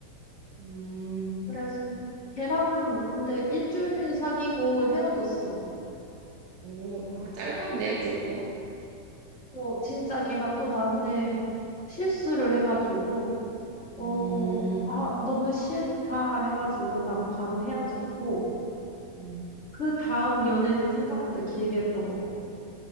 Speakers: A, on the right; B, on the left.
A: 음,
B: 그래서 걔랑은 근데 일주일 사귀고 헤어졌어.
A: 오, 아, 짧았네, 조금.
B: 어, 진짜 걔가 또 나한테 실수를 해가지고, 어,
A: 음,
B: 아, 너무 싫다 해가지고 난 바로 헤어졌고,
A: 음,
B: 그 다음 연애는 생각보다 길게 했던 것 같아.